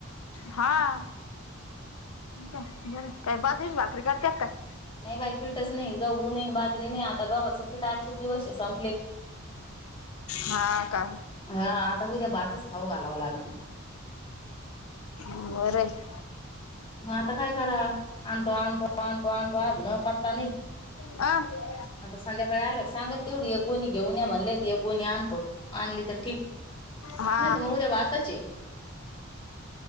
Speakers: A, on the left; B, on the left.
A: हा काय बर आहे. काय बाजरीची भाकरी करत्या का काय?
B: नाही बाई पीठच नाही. गहूही नाही, बाजरी नाही आता गव्हाच पीठ आजच दिवस आहे सं
A: हा का?
B: हा आता उद्या भातच खाऊ घालावं लागल
A: बरं <inaudible>
B: मग आता काय करावा आणतो, आणतो आणतो, आणतो आजुन पता नाही.
A: अ
B: आता संध्याकाळी आल्यावर सांगत तेवढी एक गोणी घेऊन या म्हणले एक गोणी आणतो. आणली तर ठीक
A: हा
B: नाही तर मग उद्या भातच हे.